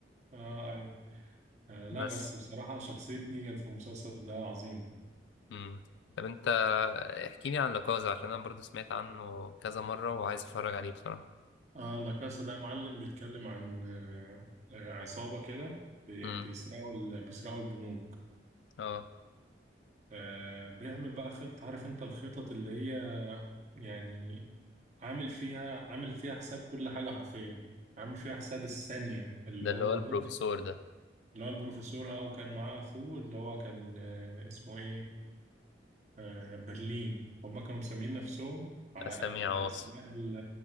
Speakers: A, on the right; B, on the left.
A: اه ايوه آه لا
B: بس
A: بس بصراحة شخصية نيجان في المسلسل ده عظيمة
B: مم. طب انت احكي لي عن لاكازا عشان انا برضو سمعت عنه كذا مرة وعايز اتفرج عليه بصراحة
A: اه لا كاسا ده معلم بيتكلم عن آه آه، عصابة كده بي-
B: امم
A: بيسرقوا ال- بيسرقوا البنوك
B: اه
A: آه بيعمل بقى خطة عارف انت الخطط اللي هي يعني عامل فيها عامل فيها حساب كل حاجة حرفيا عامل فيها حساب الثانية اللي
B: ده
A: هو
B: اللي هو البروفيسور
A: بص
B: ده
A: اللي هو البروفيسور اه وكان معاه اخوه اللي هو كان آه اسمه ايه آه، برلين هم كانوا مسمين نفسهم على
B: اسامي
A: أس... على
B: عواصم
A: أسماء ال-